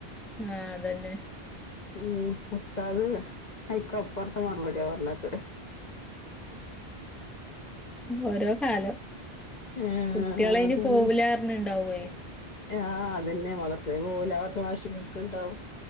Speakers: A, in the centre; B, on the left (about 45°).
A: ആഹ് അതന്നെ.
B: ഉം ഉസ്താത് ഐക്കൊപ്പർത്തെ മറുപടിയാ പറഞ്ഞത്.
A: ഓരോ കാലം.
B: ഏഹ്
A: കുട്ടിയാളയ്ന്
B: അതന്നെ
A: പോവുലാ പറഞ്ഞ്ണ്ടാവെയ്.
B: ആഹ് അതെന്നെ മദ്രസേ പോവു ല പറഞ്ഞ് വാശി പിടിക്ക്ണ്ടാവും.